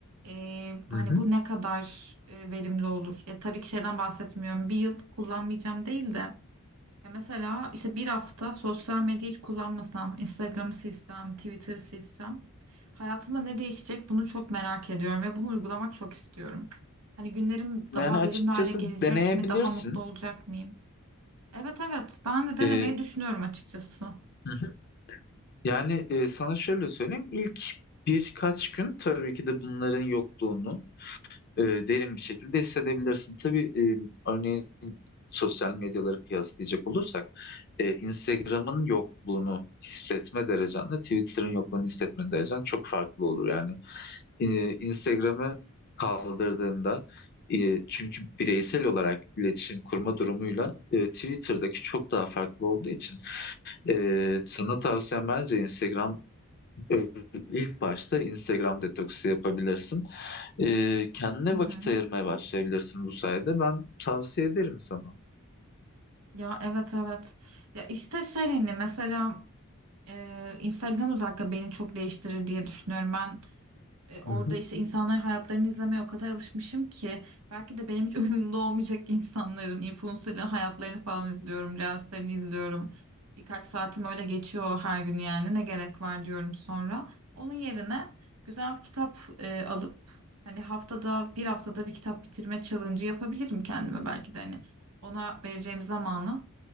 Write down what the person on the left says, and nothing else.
Hı hı.
Yani
açıkçası
deneyebilirsin.
E,
hı hı. Yani e, sana şöyle söyleyeyim. İlk birkaç gün tabii ki de bunların yokluğunu e, derin bir şekilde hissedebilirsin. Tabii e, örneğin sosyal medyaları kıyaslayacak olursak e, Instagram'ın yokluğunu hissetme derecenle Twitter'ın yokluğunu hissetme derecen çok farklı olur. Yani e, Instagram'ı kaldırdığında e, çünkü bireysel olarak iletişim kurma durumuyla e, Twitter'daki çok daha farklı olduğu için e, sana tavsiyem bence Instagram e, ilk başta Instagram detoksu yapabilirsin. E, kendine
vakit ayırmaya başlayabilirsin bu sayede. Ben tavsiye ederim sana.
Hı